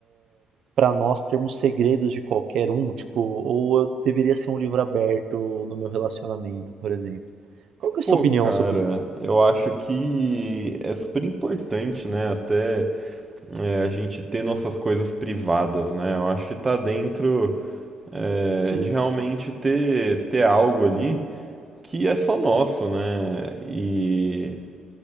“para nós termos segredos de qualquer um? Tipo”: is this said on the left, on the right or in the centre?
Right